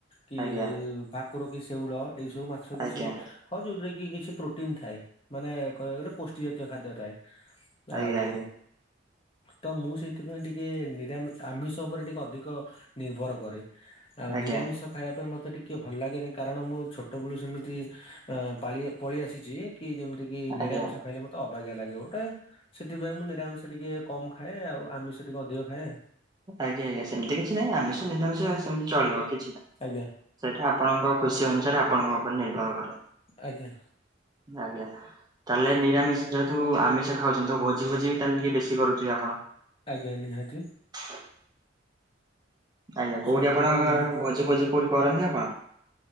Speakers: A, on the left; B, on the right.
A: କି
B: ଆଜ୍ଞା ଆଜ୍ଞା ଆଜ୍ଞା ଆଜ୍ଞା
A: ଭାକୁର କି ସେଉଳ ଏଇ ସବୁ ମା ଛ କିଛି
B: ଆଜ୍ଞା।
A: ହ ଯୋଉଥିରେ କି କିଛି ପ୍ରୋଟିନ୍ ଥାଏ। ମାନେ କହିବାକୁ ଗଲେ ପୋଷ୍ଟି ଜାତୀୟ ଖାଦ୍ୟ ଥାଏ
B: ଆଜ୍ଞା
A: ଆଉ
B: ଆଜ୍ଞା
A: ତ ମୁଁ ସେଇଥିପାଇଁ ଟିକେ ନିରାମି ଆମିଷ ଉପରେ ଟିକେ ଅଧିକ ନିର୍ଭର କରେ ଆଉ
B: ଆଜ୍ଞା
A: ନିରାମିଷ ଖାଇବା ପାଇଁ ମତେ ଟି କିଏ ଭଲ ଲାଗେନି କାରଣ ମୁଁ ଛୋଟବେେଳୁ ସେମିତି ପାଳି ପଳି ଆସିଛି କି ଯେମିତି କି ନିରାମିଷ
B: ଆଜ୍ଞା ଆଜ୍ଞା
A: ଖାଇଲେ ମୋ ତ ଅବାଗିଆ ଲାଗେ ଗୋଟେ ସେଥିପାଇଁ ମୁଁ ନିରାମିଷ ଟିକେ କମ୍ ଖାଏ ଆଉ ଆମିଷ ଟିକେ ଅଧିକ ଖାଏ।
B: ଆଜ୍ଞା ଆଜ୍ଞା ସେମିତି କିଛି ନାଇଁ ଆମିଷ ନିରାମିଷ ସେମିତି ଚଳିବ କିଛି ନାହିଁ।
A: ଆଜ୍ଞା।
B: ସେଇଟା ଆପଣଙ୍କ ଖୁସି ଅନୁସାରେ ଆପଣଙ୍କ ଉପରେ ନିର୍ଭର କରେ।
A: ଆଜ୍ଞା।
B: ଆଜ୍ଞା। ତାହେଲେ ନିରାମିଷି ଯେହେତୁ ଆମିଷ ଖାଉଛନ୍ତି ତ ଭୋଜି ଫୋଜି ତାହେଲେ ଟିକେ ବେଶୀ କରୁଥିବେ ଆପଣ?
A: ଆଜ୍ଞା ନିହାତି।
B: <unintelligible> ଆଜ୍ଞା କୋଉଠି
A: ସବୁଦିନ
B: ଆପଣ ଭୋଜି ଫୋଜି କୋଉଠି କରନ୍ତି ଆପଣ?